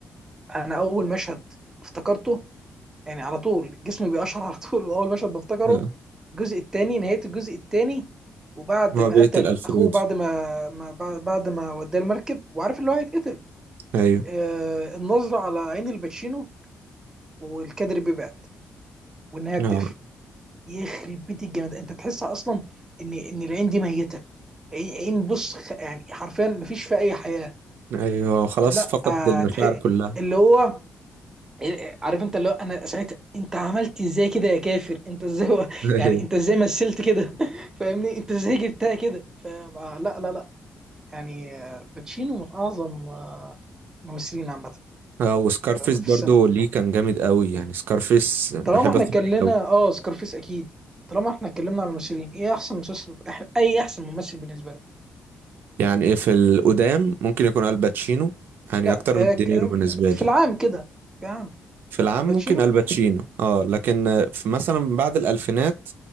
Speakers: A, on the right (about 15°); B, on the right (about 70°).
A: انا اول مشهد افتكرته يعني على طول جسمي بيقشعر <laughs> على طول واول مشهد بفتكره
B: آه.
A: الجزء الثاني نهايه الجزء الثاني وبعد
B: هو
A: ما
B: بيقتل
A: قتل
B: الفريدو
A: اخوه بعد ما, ما بعد بعد ما وداه المركب وعارف اللي هو هيتقتل
B: ايوه
A: آه النظره على عين الباتشينو والكادر بيبعد والنهايه بتقفل
B: اه
A: يخرب بيت الجمال انت تحس اصلا ان ان العين دي ميته عين عين بص خ- يعني حرفيا مفيش فيها اي حياه
B: ايوه خلاص
A: لا
B: فقد
A: آه،
B: المشاعر
A: تح-
B: كلها
A: اللي هو إيه، عارف انت اللي هو انا ساعتها انت عملت ازاي كده يا كافر انت ازاي و...
B: <laughs>
A: يعني
B: ايوه
A: انت ازاي مثلت كده <laughs> فاهمني انت ازاي جبتها كده فلا لا لا لا. يعني آه، باتشينو من اعظم آه، الممثلين عامه في
B: اه وسكارفيس برضو
A: في السينما
B: ليه كان جامد قوي يعني سكارفيس بحب
A: طالما احنا
B: اتفرج
A: اتكلمنا
B: عليه قوي
A: اه سكارفيس اكيد طالما احنا اتكلمنا على الممثلين ايه احسن مسلسل أح- اي احسن ممثل بالنسبه لك
B: يعني ايه في القدام ممكن يكون الباتشينو يعني
A: لا
B: اكتر
A: آه،
B: من
A: ك-
B: دينيرو بالنسبه
A: في
B: لي
A: العام كده في العام
B: في العام
A: باتشينو
B: ممكن الباتشينو اه لكن آه، في مثلا بعد الالفينات